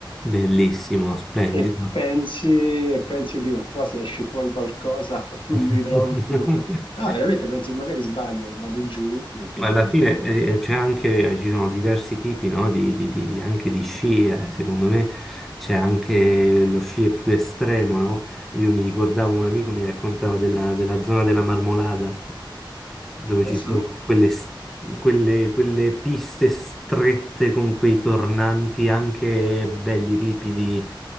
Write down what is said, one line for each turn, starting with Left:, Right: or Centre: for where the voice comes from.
Centre: Bellissimo, splendido.
Left: e pensi, e pensi, Dio, qua se esce fuori qualcosa <laughs> non
Centre: <laughs>
Left: mi ritrovano più. No, veramente pensi, magari sbaglio, vado giù, non
Centre: Sì,
Left: ti
Centre: Ma
Left: riprendono
Centre: alla fine
Left: più.
Centre: eh,
Left: Eh.
Centre: eh, c'è anche, ci sono diversi tipi, no, di, di- di- anche di sci, eh. Secondo me c'è anche lo sci più estremo, no? Io mi ricordavo un amico mi raccontava della, della zona della Marmolada, dove
Left: Eh
Centre: ci
Left: sì,
Centre: sono quelle, s- quelle- quelle piste strette con quei tornanti anche belli ripidi,